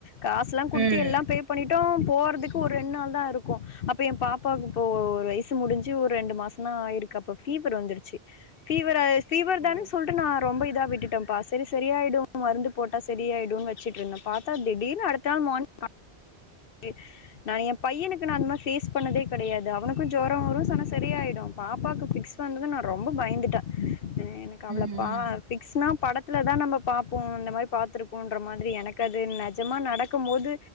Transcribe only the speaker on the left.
காசுல்லா குடுத்து
எல்லாம் பே பண்ணிடோ போறதுக்கு ஒரு ரெண் நாள் தா இருக்கு அப்ப எ பாப்பாவுக்கு இப்போ ஒரு வயசு முடிஞ்சு ஒரு ரெண்டு மாஸ் நா இருக் அப்ப ஃபீவர் வந்துருச்சு ஃபீவரா ஃபீவர்
தான் சொல்ற நா ரொம்ப இதா விட்டுட்ட பாஸ் செரி செரியாயிடு மருந்து போட்டா சரியாயிடுன் வெச்சுட்ருந்தே பாத் த திடிர்ன்னு அடுத்த மான் <inaudible> நா எ பையனுக்கு நா அந்த மார் ஃபேஸ் பண்ணதே கடையாது அவனுக்கு ஜொரோ வரு சன்னா சரி ஆயிடு பாப்பாக்கு ஃபிக்ஸ் ப்ப வந்துட்டு நா ரொம்ப பய்ந்துட்டே <inaudible> கவலதா
ஃபிக்ஸ்னா படத்துல தா நம்ம பாப்போ இந்த மாரி பாத்திருக்கோன்ற மாதிரி எனக்கு அ து நெஜமா நடக்கும் மோது